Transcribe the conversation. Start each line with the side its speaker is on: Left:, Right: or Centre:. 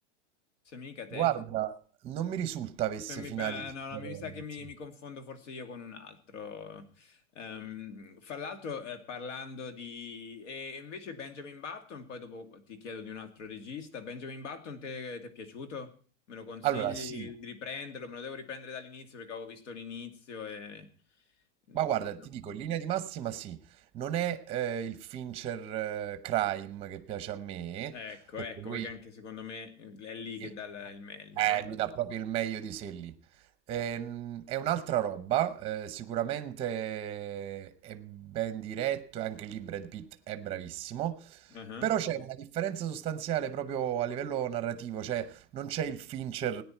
Left: se mica
Right: Guarda,
Left: te.
Right: non mi risulta avesse
Left: Eh, Mi,
Right: finali
Left: eh,
Right: differenti.
Left: no, no, mi sa che mi, mi confondo forse io con un altro. Ehm, fra l'altro, eh, parlando di... E invece Benjamin Button, poi dopo ti chiedo di un altro regista. Benjamin Button, te- ti è piaciuto? Me lo consigli
Right: Allora, sì,
Left: di riprenderlo? Me lo devo riprendere dall'inizio perché avevo visto l'inizio e... Mm,
Right: Ma guarda,
Left: no.
Right: ti dico, in linea di massima sì, non è eh, il Fincher eh, Crime che piace a me,
Left: Ecco,
Right: perché
Left: ecco,
Right: lui,
Left: perché anche secondo me eh, è lì
Right: il-
Left: che dà la- il meglio,
Right: eh,
Left: no?
Right: lui dà proprio il meglio di sé lì. Ehm, è un'altra roba, eh, sicuramente è ben diretto e anche lì Brad Pitt è bravissimo,
Left: Ah,
Right: però c'è una differenza sostanziale proprio a livello narrativo, cioè non c'è il Fincher